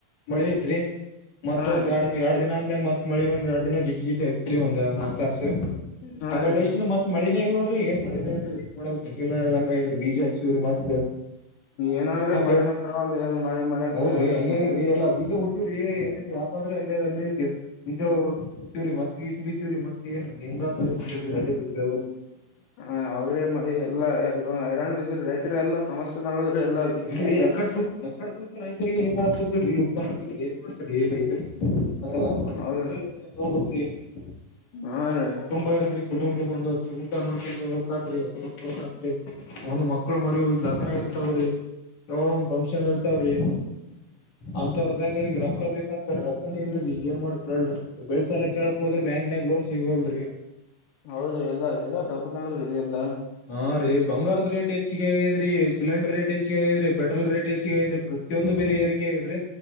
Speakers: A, on the left; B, on the left.
A: ಮಳಿ ಇತ್ರಿ ಮತ್ತೊಂದ್
B: ಹಾ ರೀ
A: ಎರಡ ಎರಡ್ ದಿನ ಆದ್ ಮ್ಯಾಗ ಮತ್ ಮಳಿ ಒಂದ ಎರಡ್ ದಿನ ಜಿರಿ ಜಿಟಿ ಹತ್ರಿ ಒಂದ ಎರಡ್ ನಾಕ್ ತಾಸ.
B: ಹಾ
A: ಆಕಡ
B: ರೀ
A: ಲೆಶನಾಗ ಮತ್ ಮಳಿನೆ ಇಲ್ ನೋಡ್ರಿ ಏನ್ ಮಳಿನೆ ಇಲ್ರಿ ಹೆಂಗ ಮಾಡ್ಬೆಕ್ <unintelligible> ಆಗೆದ್ರಿ ಬೀಜ ಹಚ್ಚಿವ್ರಿ ಮತ್.
B: ಏನಾದ್ರಿ
A: ಮತ್ತೆ
B: ಮಳಿನ ಬರವಲ್ದು ಏನ್ ಮಳೆ ಮಳೆ ಅಂತ
A: ಹೌದ್ರಿ
B: ಕಾಯ್ಲಾಗೈತಿ
A: ಹೆಂಗೆ ಆಗ್ಯಾದ್ರಿ ಎಲ್ಲಾ ಬೀಜ ಹುತ್ತಿವ್ರಿ ಎಲ್ಲಿ ಹೊದ್ರೆ ಅಲ್ಲಿದ ಅಲ್ಲಿ ಬೀಜ ಗೊತ್ತೀವ್ರೀ ಮತ್ ಇಷ್ಟನ್ ಬಿತ್ತಿವವ್ರರಿ ಮತ್ ಏನ್ ಹೆಂಗ್ ಹೇಳಲ್ರರಿ ಅದೇ ಗೊತ್ತ
B: ಹ ಹೌದ್ರೀ ಮಳಿ ಎಲ್ಲ ಹೈರಾಣ ಬ್ರ ರೈತರಿ ಎಲ್ಲಾ ಸಮಸ್ಯೆ ನೋಡಿದ್ರೆ ಎಲ್ಲ
A: ಇಲ್ರೀ ಎಕಡ್ ಸುತ್ತತ್ ಎಕಡ ಸುತ್ತತ್ ರೈತರಿಗೆ ಸರಿ ಹಿದ ಏನ್ ಮಾಡ್ತರಿ ರೈತರಿ ಅದ್ರಗ
B: ಹೌದು
A: <inaudible>
B: ಹಾ ರೀ
A: ತುಂಬಾ ಇರ್ದ್ರಿ ಕುಟುಂಬ ಒಂದತ್ತು ಊಟ ನೋಡ್ಕೊಂಡು ಹೋಗಾದ್ರಿ ಹತ್ರಿ ಒಂದ್ ಮಕ್ಳು ಮರಿಯುವುದ್ ಲಗ್ನ ಇರ್ತಾವ್ರಿ ಯಾವದ ಒಂದ್ ಫಂಕ್ಷನ್ ಇರ್ತಾವ್ರಿ ಅಂತವ್ರದಾಗ ಈಗ ರೊಕ್ಕ ಬೇಕ ರೊಕ್ಕನ ಇಲ್ರಿ ಏನ್ ಮಾಡ್ತ ಬೆಳಿಸಾಲ್ ಎಲ್ಲಾ ಕೇಳಕ್ ಹೋದ್ರ ಬ್ಯಾಂಕ್ನಾಗ ಲೋನ್ ಸಿಗೋವಲ್ರರಿ
B: ಹೌದ್ರಿ ಎಲ್ಲಾ ಎಲ್ಲಾ ಟೋಪ ಮಾಡಿದ್ರರು ಇದು ಎಲ್ಲಾ.
A: ಹಾ ರೀ ಬಂಗಾರದ ರೇಟ್ ಹೆಚ್ಚಿಗ ಆಗೈ್ರರಿ ಸಿಲಿಂಡರ್ ರೇಟ್ ಹೆಚ್ಚಿಗದ್ರಿ ಪೆಟ್ರೋಲ್ ರೇಟ್ ಹೆಚ್ಚಗ ಆಗ್ರಿ ಪ್ರಿಯೊಂದು ಬೆಲೆ ಏರಿಕೆ ಆಗಿದ್ರಿ